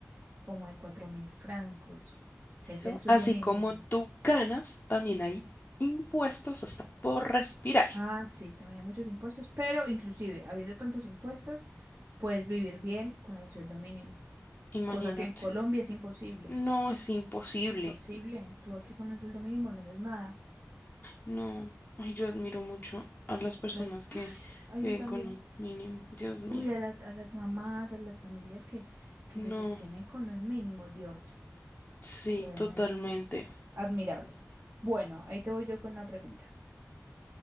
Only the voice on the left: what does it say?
¿no?
Así
como tú ganas, también hay impuestos hasta por respirar.
Imagínate.
No es imposible.
No. Ay, yo admiro mucho a las personas
que
viven
con un mínimo. Dios mío.
No.
Sí,
totalmente.